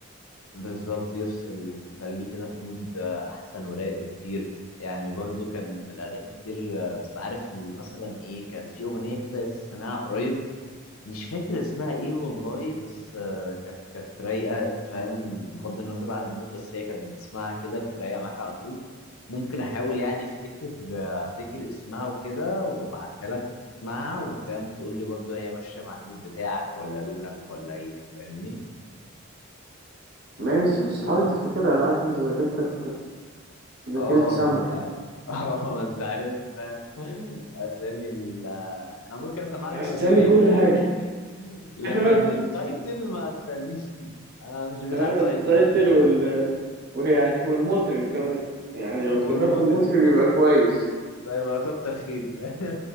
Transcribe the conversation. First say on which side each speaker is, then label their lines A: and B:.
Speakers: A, on the left; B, on the right.
A: بالظبط يفصل وتخليه كده في مود آه، احسن ورايق بكتير يعني برضو كان من الاغاني كتير آه، بس عارف ال- مثلا ايه كان في اغنيه كده سامعها قريب مش فاكر اسمها ايه والله بس آه، كانت كانت رايقه فاهم بغض النظر بقى عن المود بس هي كانت بتسمعها كده كانت رايقه معاك على طول ممكن احاول يعني افتكر آه، افتكر اسمها وكده وابعتها لك تسمعها وتم تقول لي برضو هي ماشيه مع المود بتاعك ولا لونك ولا ايه فاهمني
B: ماشي بس حاول تفتكرها أنا عارف أنت ذاكرتك ذاكرة
A: اه
B: سمكة
A: ما انت <laughs> اه ما انت عارفني فاهم <laughs> اسامي ال آه، انا ممكن اسمع لك
B: اسامي
A: الاغنيه
B: كل
A: لكن
B: حاجه <laughs>
A: لكن
B: آه،
A: التايتل ما تسالنيش فيه انا مش بتاع
B: آه،
A: تايتلز
B: التايتل وال ويعني هو المطرب كمان يعني لو افتكرت
A: والمطرب
B: المطرب
A: كمان
B: يبقى كويس
A: ده يبقى كتر خيري فاهم